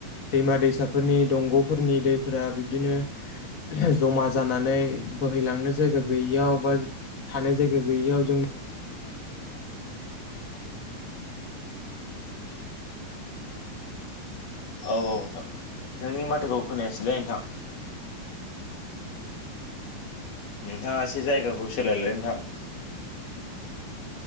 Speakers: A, on the left (about 35°); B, on the left (about 65°).
A: दैमा दैसाफोरनि दंग'फोरनि दैफोरा बिदिनो जमा जाना नानै बोहैलांनो जायगा गैयैयाव बा थानो जायगा गैयियाव जों
B: औ औ नोंथां नोंनि माथोखौ खोनायासैलै नोंथां नोंथाङा एसे जायगाखौ सोलायलाय नोंथां